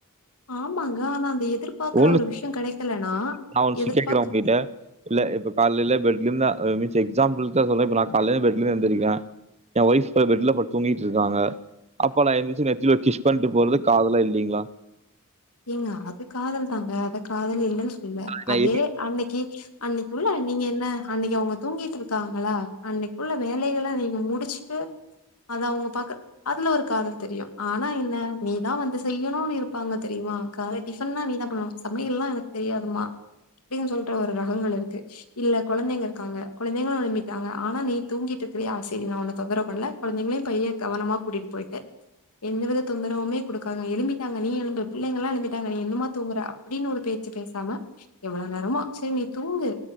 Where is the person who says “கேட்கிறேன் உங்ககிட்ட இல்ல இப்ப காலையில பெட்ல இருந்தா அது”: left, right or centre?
Right